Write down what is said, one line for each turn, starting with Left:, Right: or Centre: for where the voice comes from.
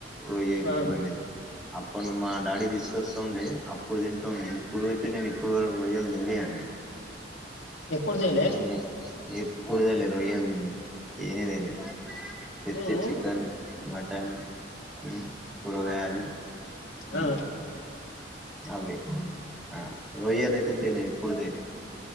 Centre: రొయ్యేలు
Left: ఆ
Centre: అనేది అప్పన్ మా డాడీ తీసుకొస్తా ఉండే అప్ ఇప్పుడు తింటూండయి ఇప్పుడు అతే నేను ఇప్పుడు వరకు రొయ్యాల్ తెలేయండి.
Left: ఎప్పుడు చేయలే
Centre: రొయ్య ఎప్పుడు లేదు రొయ్య తేనేదలేదు తెత్తే
Left: ఉ ఉ
Centre: చికెన్, మటన్, ఉమ్ కూరగాయలు
Left: ఆ
Centre: ఉమ్ అవే ఆ రొయ్యాల అయితే తెలియ ఏప్పుడు తేలే